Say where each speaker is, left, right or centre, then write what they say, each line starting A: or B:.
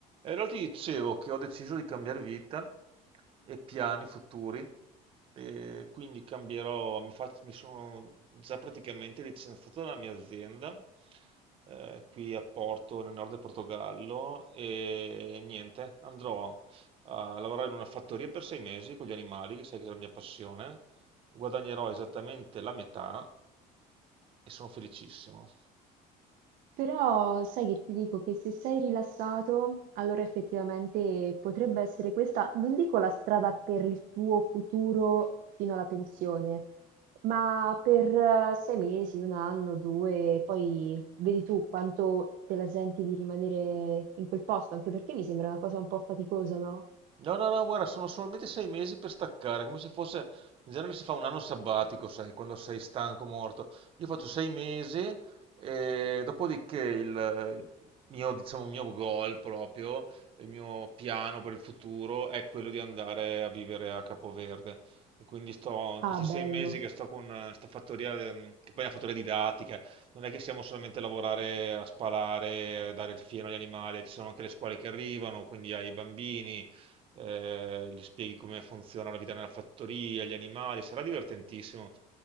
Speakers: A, on the right; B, on the right.
A: E allora ti dicevo che ho deciso di cambiare vita e piani futuri, e quindi cambierò, mi, fac- mi sono già praticamente licenziato dalla mia azienda eh, qui a Porto, nel nord del Portogallo, e niente, andrò a lavorare in una fattoria per sei mesi con gli animali, che sai che è la mia passione, guadagnerò esattamente la metà e sono felicissimo.
B: Però sai che ti dico che se sei rilassato, allora effettivamente potrebbe essere questa, non dico la strada per il tuo futuro fino alla pensione, ma per eh, sei mesi, un anno, due, poi vedi tu quanto te la senti di rimanere in quel posto, anche perché mi sembra una cosa un po' faticosa, no?
A: No, no, no, guarda, sono solamente sei mesi per staccare, come se fosse, in genere si fa un anno sabbatico, sai, quando sei stanco, morto. Io faccio sei mesi e dopodiché il, il mio, diciamo, il mio goal proprio, il mio piano per il futuro è quello di andare a vivere a Capoverde. E quindi sto, in
B: Ah,
A: questi
B: bello.
A: sei mesi che sto con questa fattoria, ehm, che poi è una fattoria didattica, non è che siamo solamente a lavorare, a spalare, a dare il fieno agli animali, ci sono anche le scuole che arrivano, quindi ai bambini eh, gli spieghi come funziona la vita nella fattoria, gli animali, sarà divertentissimo.